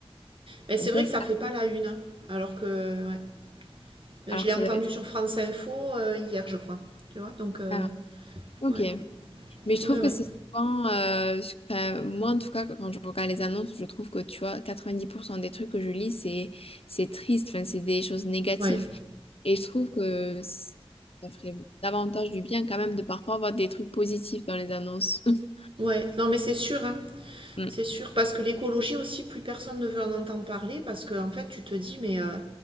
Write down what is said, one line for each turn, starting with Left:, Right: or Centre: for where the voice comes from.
Right: mais c'est
Left: on peut
Right: vrai que
Left: faire,
Right: ça fait pas la une. hein. Alors que ouais. Ben,
Left: alors
Right: je l'ai
Left: que
Right: entendu
Left: ça devrait.
Right: sur France Info euh, hier, je crois. Tu vois, donc euh,
Left: Ah, ok.
Right: ouais,
Left: Mais je
Right: ouais,
Left: trouve
Right: ouais,
Left: que c'est souvent, euh, je- enfin, moi en tout cas, quand je regarde les annonces, je trouve que tu vois, 90% des trucs que je lis, c'est c'est triste, enfin, c'est des choses négatives.
Right: ouais,
Left: Et je trouve que c- ça ferait davantage du bien quand même de parfois avoir des trucs positifs dans les annonces. <laughs>
Right: ouais. Non, mais c'est sûr, hein.
Left: Mm,
Right: C'est sûr, parce que l'écologie aussi, plus personne ne veut en entendre parler, parce que en fait, tu te dis, mais euh,